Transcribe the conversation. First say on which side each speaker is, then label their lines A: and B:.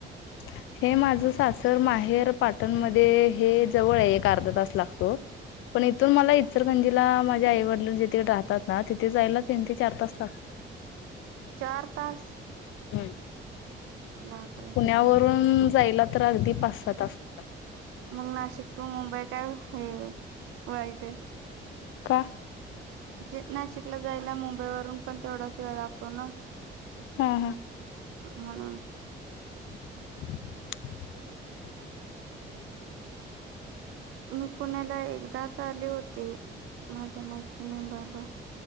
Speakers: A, on the left (about 80°); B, on the right (about 80°).
A: <inaudible> हे माझं सासर माहेर पाटणमध्येध्ये हे जवळ आहे एक अर्धा तास लागतो पण इथून मला इचरखंजीला माझ्या आई वडीलल जिथे राहतात ना तिथे जायला तीन ते चार तास लागतात
B: चार तास
A: हम्म.
B: बा <inaudible>
A: पुण्यावरून जायला तर अगदी पाच स तास लागतात
B: मग नाशिक टू मुंबई काय हे वाईट
A: का
B: म्हणजे नाशिकला जायला मुंबई वरून पण तेवढाच वेळ लागतो ना
A: हा हा
B: हम्
A: <unintelligible>
B: मी पुण्याला एकदाच आले होते माझ्या मैत्रिणी बरोबर